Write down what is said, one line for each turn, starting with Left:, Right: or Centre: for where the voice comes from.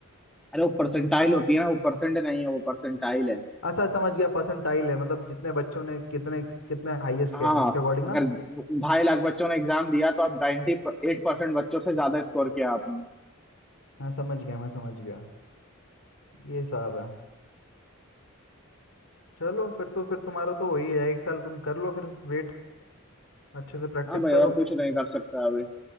Centre: अरे वो परसेंटाइल होती है ना वो परसेंट नहीं है वो परसेंटाइल है
Left: अच्छा समझ गया परसेंटाइल है मतलब जितने बच्चों ने कितने कितने हाईएस्ट
Centre: हाँ
Left: गए हैं उसके अकॉर्डिंग
Centre: अगर
Left: ना
Centre: ढाई लाख बच्चों ने एग्जाम दिया तो आप 98 एट परसेंट बच्चों से ज्यादा स्कोर किया आपने
Left: हाँ समझ गया मैं समझ गया ये हिसाब है चलो फिर तो फिर तुम्हारा तो हो ही है एक साल तुम कर लो फिर वेट अच्छे से प्रैक्टिस
Centre: हाँ भाई
Left: करो
Centre: और कुछ नहीं कर सकता अभी